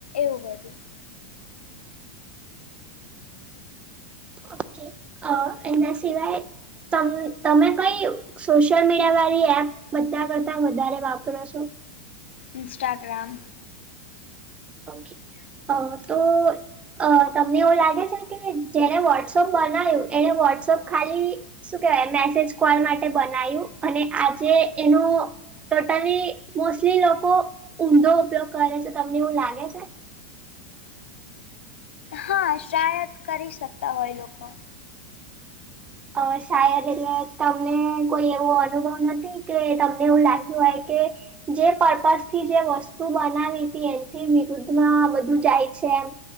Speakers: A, on the left (about 80°); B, on the right (about 20°).
A: એવું બધું
B: ઓકે અ એના સિવાય તમ તમે કઈ સોશિયલ મીડિયા વાળી એપ બધા કરતા વધારે વાપરો છો
A: ઇન્સ્ટાગ્રામ
B: <unintelligible> અ તમને એવું લાગે છે કે જેને વોટ્સઅપ બનાવ્યું એને વોટ્સઅપ ખાલી શું કેહેવાય મેસેજ કોલ માટે બનાયું અને આજે એનું ટોટાલી મોસ્ટલી લોકો ઊંધો ઉપયોગ કરે છે તમને એવું લાગે છે
A: હા શાયદ કરી શકતા હોય લોકો
B: અ શાયદ એટલે તમને કોઈ એવો અનુભવ નથી કે તમને એવું લાગ્યું હોય કે જે પર્પસ થી જે વસ્તુ બનાવી હતી એમથી વિરુદ્ધમાં બધું જાય છે એમ